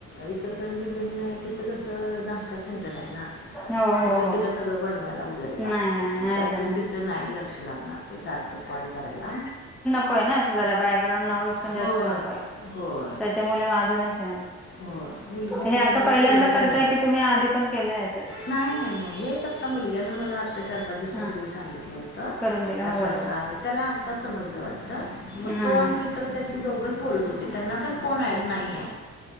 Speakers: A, on the left (about 35°); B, in the centre.
A: इचलकरंजीत बहीण आहे तिचं कसं नाश्ता सेंटर आहे ना.
B: हो
A: मग
B: हो
A: ते
B: हो
A: तिला सगळं बनवायला वगेरे
B: नाही
A: लागते
B: नाही नाही
A: त्यातून
B: जमणार
A: तिचं नाही लक्ष लागणार ते सारखं कॉल करायला
B: होय ना असं जरा बॅकग्राउंड आवाज पण जास्त
A: होय
B: नको आहे
A: होय
B: त्याच्यामुळे म अजूनच हे नव्हतं.
A: होय मुलगी
B: हे
A: पण
B: आता
A: मग
B: पहिल्यांदा
A: तिला पण
B: करताय
A: नाही
B: की तुम्ही आधी पण केलं हयाच्यात?
A: नाही नाही नाही हेच आत्ता मुलग्यान मला आता चार पाच दिवसापूर्वी
B: हा
A: सांगितलं होतं.
B: करून दिलं
A: अस
B: हो बरोबर
A: अस आहे त्याला आता समजल वाटत मग
B: हा
A: तो
B: हा
A: आणि मित्र त्याची दोघच बोलत होते त्यांना पण कोण ॲड नाहीये.